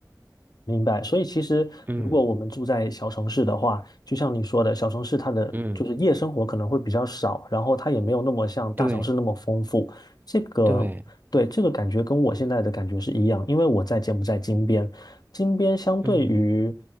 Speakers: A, on the left; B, on the right.
A: 明白，所以其实如果我们住在小城市的话，
B: 嗯
A: 就像你说的，小城市它的就是夜生活可能会比较少，
B: 嗯，
A: 然后它也没有那么像大城市那么丰富。
B: 对
A: 这个，
B: 对，
A: 对，这个感觉跟我现在的感觉是一样，因为我在柬埔寨金边，金边相对于
B: 嗯